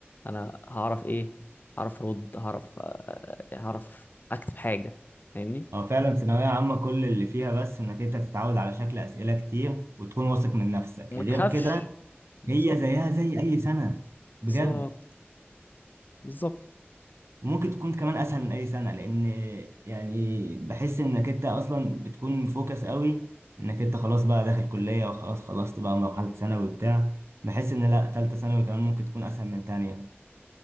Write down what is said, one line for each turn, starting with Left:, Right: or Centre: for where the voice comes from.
Left: انا هعرف ايه هعرف ارد هعرف آه، هعرف اكتب حاجه فاهمني
Right: هو فعلا ثانوية عامة كل اللي فيها بس إنك أنت تتعود على شكل أسئلة كتير وتكون واثق من نفسك
Left: وما
Right: غير
Left: تخافش
Right: كده
Left: بالظبط
Right: هي زيها زي أي سنة
Left: بالظبط
Right: بجد
Left: بالظبط
Right: ممكن تكون كمان اسهل من اي سنه لان يعني بحس انك انت اصلا بتكون مفوكس قوي انك انت خلاص بقى داخل كليه وخلاص خلصت بقى مرحله ثانوي وبتاع بحس ان لا ثالثه ثانوي كمان ممكن تكون اسهل من تانية